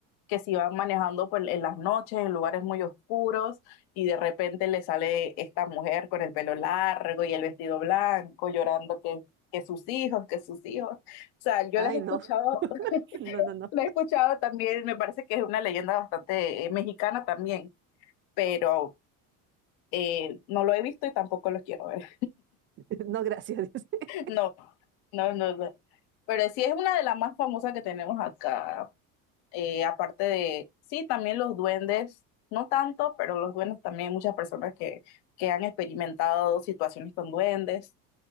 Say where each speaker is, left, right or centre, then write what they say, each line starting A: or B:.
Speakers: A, on the left (about 65°); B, on the right (about 30°).
A: que si van manejando pues, en las noches, en lugares muy oscuros, y de repente le sale esta mujer con el pelo largo y el vestido blanco, llorando que, que sus hijos, que sus hijos. O sea, yo
B: ay,
A: las he escuchado,
B: no, <laughs> no,
A: <laughs>
B: no, no,
A: la he escuchado también, me parece que es una leyenda bastante eh, mexicana también, pero eh, no lo he visto y tampoco lo quiero ver.
B: <laughs> no, gracias. <laughs>
A: No, no, no, no. Pero sí es una de las más famosas que tenemos acá. Eh, aparte de, sí, también los duendes, no tanto, pero los duendes también, hay muchas personas que, que han experimentado situaciones con duendes,